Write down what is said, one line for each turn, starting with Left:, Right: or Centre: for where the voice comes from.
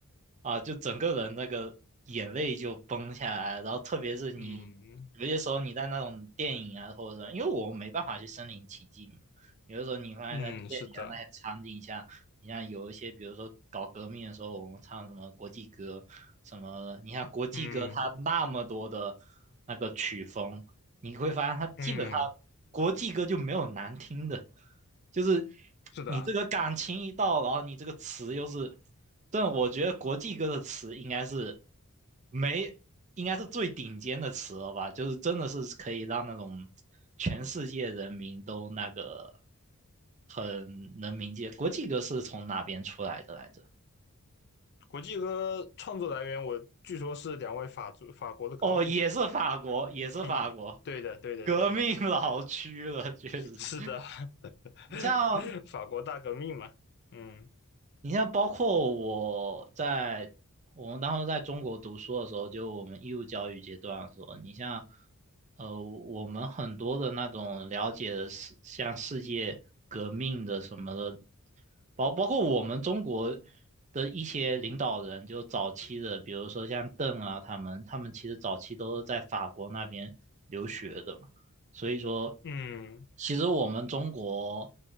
Right: 啊，就整个人那个眼泪就崩下来，然后特别是你。
Left: 嗯
Right: 有些时候你在那种电影啊，或者什么因为我们没办法去身临其境嘛，有的时候你发现在电影啊那些场景下，
Left: 嗯，是的，
Right: 你像有一些，比如说搞革命的时候，我们唱什么国际歌什么的，你看国际歌它那么多的
Left: 嗯
Right: 那个曲风，你会发现它基本上
Left: 嗯，
Right: 国际歌就没有难听的。就是
Left: 是的。
Right: 你这个感情一到，然后你这个词又是，但我觉得国际歌的词应该是没，应该是最顶尖的词了吧？就是真的是可以让那种全世界人民都那个很能明解。国际歌是从哪边出来的来着？
Left: 国际歌创作来源，我据说是两位法族法国的革命者，
Right: 哦，也是法国，
Left: 嗯，P，
Right: 也是法国，
Left: 对的对的对的对的对的，
Right: 革命老区了，确实。
Left: 是的，<laughs>
Right: 你像
Left: 法国大革命嘛，嗯
Right: 你像包括我在我们当时在中国读书的时候，就我们义务教育阶段的时候，你像呃，我们很多的那种了解的世，像世界革命的什么的，包包括我们中国的一些领导人，就早期的，比如说像邓啊，他们他们其实早期都是在法国那边留学的。嘛。所以说，
Left: 嗯，
Right: 其实我们中国